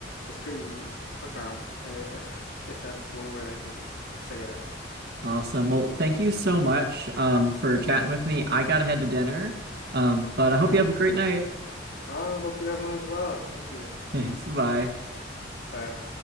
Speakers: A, on the left; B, on the right.
A: it's pretty profound, uh, if if that's one word I can say it as.
B: Awesome. Well, thank you so much um, for chatting with me. I gotta head to dinner, um, but
A: Yeah.
B: I hope you have a great night.
A: I hope you have one as well. Thank you.
B: <laughs> Thanks. Bye.
A: Bye.